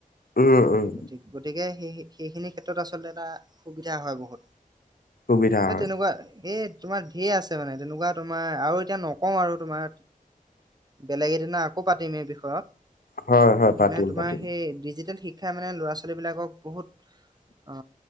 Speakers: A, on the left; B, on the right.
A: উম উম।
B: গতি গতিকে সেই সেইখিনি ক্ষেত্ৰত আচলতে এটা সুবিধা হয় বহুত।
A: সুবিধা হয়
B: এ তেনেকুৱা এই তোমাৰ ঢেৰ আছে মানে তেনেকুৱা তোমাৰ আৰু এতিয়া নকওঁ আৰু তোমাৰ বেলেগ এদিনা আকৌ পাতিম এই বিষয়ত।
A: হয় হয় পাতিম
B: মানে তোমাৰ
A: পাতিম
B: সেই ডিজিটেল শিক্ষাই মানে লৰা-ছোৱালী বিলাকক বহুত অ।